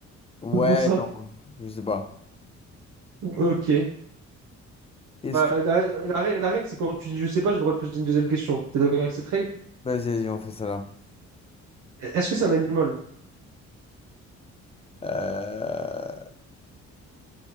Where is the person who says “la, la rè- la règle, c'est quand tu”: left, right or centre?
Right